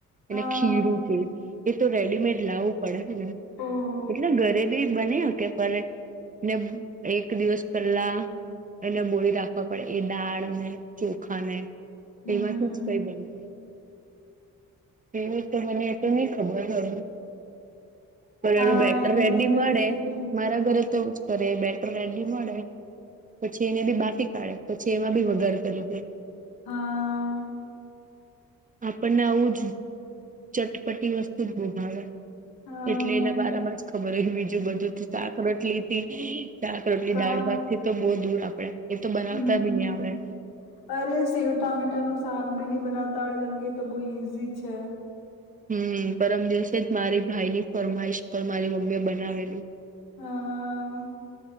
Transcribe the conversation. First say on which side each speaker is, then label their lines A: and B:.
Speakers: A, on the left (about 85°); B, on the right (about 20°).
A: હા
B: એ ખીરું છે એ તો રેડીમેડ લાવવું પડે ને.
A: ઓહો
B: એટલે ઘરે બી બની શકે પણ ને એક દિવસ પેલા એને બોળી રાખવા પડે એ દાળ ને ચોખા ને
A: હમ
B: એમાંથી જ કઈ બને એવું તો મને એ તો નઈ ખબર હ પણ
A: હા
B: એનું બેટર
A: એમની
B: રેડી
A: રેસીપી
B: મળે મારા ઘરે તો કર એ બેટર રેડી મળે પછી એને બી બાફી કાઢે પછી એમાં બી વગાર કરી દે
A: હાઆ.
B: આપણને આવું જ ચટપટી વસ્તુ જ બહું ભાવે.
A: હા
B: એટલે એના બારામાં જ ખબર હોય બીજું બધું શાક રોટલી થી શાક રોટલી
A: કા
B: દાળ ભાત તે તો બહુ દૂર આપડે એ તો બનાવતા
A: હમ
B: બી નહીં આવડે.
A: અરે સેવ ટામેટા નું શાક ભી નહી બનાવતા આવડે જેમ કે તો બહુ ઈઝી છે.
B: હમ પરમ દિવસે જ મારી ભાઈ ની ફરમાઈશ પર મારી મમ્મી એ બનાવેલું.
A: હા.